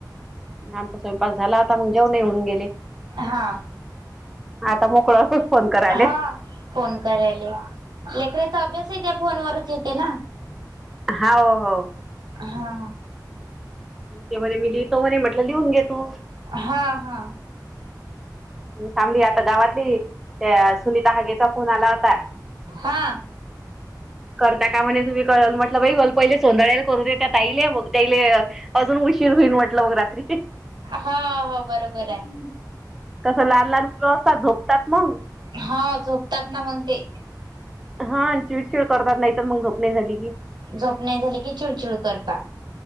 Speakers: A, in the centre; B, on the right.
A: आमचा स्वयंपाक झाला आता मग जेवनही होऊन गेले.
B: हा
A: आता मोकळ असच फोन कराले.
B: हा फोन करायला लेकरा चा अभ्यासही त्या फोन वरच येते ना.
A: हो हो.
B: हा.
A: तो म्हणे म्हटलं लिहून घे तू
B: हा हा.
A: थांबली आता गावातली त्या सुनीता हागेचा फोन आला होता.
B: हा.
A: करता का म्हणे तुम्ही कळल म्हटलं बाई पहिले सोधा्याय. करू दे त्या तईले मग त्याईले अजून उशीर होईन म्हटलं मग रात्री
B: हो हो बरोबर आहे.
A: कसं लहान लहान मूल असतात झोपतात मग
B: हा झोपतात ना मग ते
A: हा आणि चिडचीड करतात नाही तर मग झोप नाही झाली की
B: झोप नाही झाली की चिडचिड करता.